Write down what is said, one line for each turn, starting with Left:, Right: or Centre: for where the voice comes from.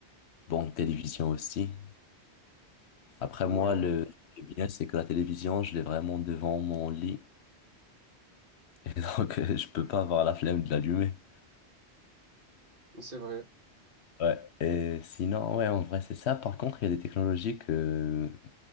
Left: bon, télévision aussi. Après
Right: Ouais,
Left: moi, le
Right: Ouais.
Left: le bien, c'est que la télévision, je l'ai vraiment devant mon lit <laughs> et donc euh, je peux pas avoir la flemme de l'allumer.
Right: c'est vrai.
Left: Ouais, et sinon, ouais, en vrai, c'est ça. Par contre, il y a des technologies que,